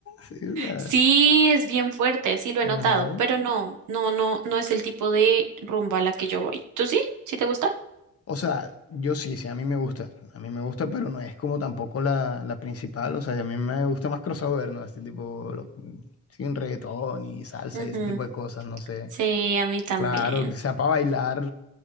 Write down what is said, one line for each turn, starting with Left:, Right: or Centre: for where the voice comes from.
Left: Sí, o sea,
Right: Sí, es bien fuerte, sí lo he notado,
Left: ajá.
Right: pero no, no, no, no es el tipo de rumba a la que yo voy. ¿Tú sí? ¿Sí te gusta?
Left: O sea, yo sí, sí, a mí me gusta, a mí me gusta, pero no es como tampoco la, la principal, o sea, a mí me gusta más crossover, ¿no? Este tipo, lo- sin reggaetón y salsa
Right: Ujú.
Left: y ese tipo de cosas, no sé.
Right: Sí, a mí también.
Left: Claro, que sea para bailar,